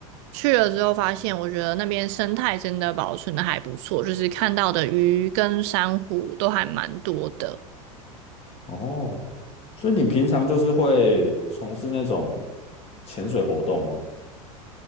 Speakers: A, on the right; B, on the left.
A: 去了之后发现，我觉得那边生态真的保存的还不错，就是看到的鱼跟珊瑚都还蛮多的。
B: 哦，所以你平常就是会从事那种潜水活动吗？